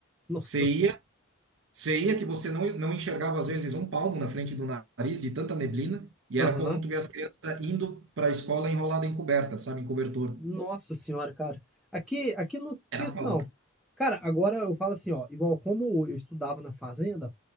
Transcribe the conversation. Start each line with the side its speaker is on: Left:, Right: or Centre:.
Centre: Nossa
Right: você
Centre: senhora.
Right: ia, você ia que você não, não enxergava, às vezes, um palmo na frente do nariz, de tanta neblina, e
Centre: Aham.
Right: era comum tu ver as crianças indo para a escola enrolada em coberta, sabe, em cobertor.
Centre: Nossa senhora, cara. Aqui, aqui não tinha
Right: Era
Centre: isso,
Right: foda.
Centre: não. Cara, agora eu falo assim, ó, igual como eu estudava na fazenda,